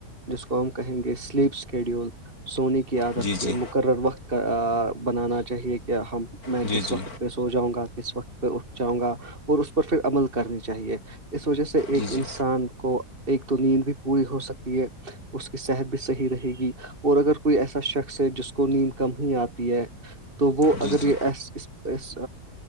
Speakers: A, on the right; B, on the left.
A: جس کو ہم کہیں گے سلیپ اسکیڈیول سونی کے کی عادت
B: جی
A: کے
B: جی
A: مقرر وقت کا بنانا چاہیے کہ ہم میں
B: جی
A: کس
B: جی
A: وقت پہ سو جاؤں گا کس وقت پہ اٹھاؤں گا اور اس پر پھر عمل کرنی چاہیے اس وجہ سے ایک
B: جی جی
A: انسان کو ایک تو نیند بھی پوری ہو سکتی ہے اس کی صحت بھی صحیح رہے گی اور اگر کوئی ایسا شخص ہے جس کو نیند کم ہی آتی ہے تو گو
B: جی
A: اگر
B: جی
A: یہ اسس اسس پرس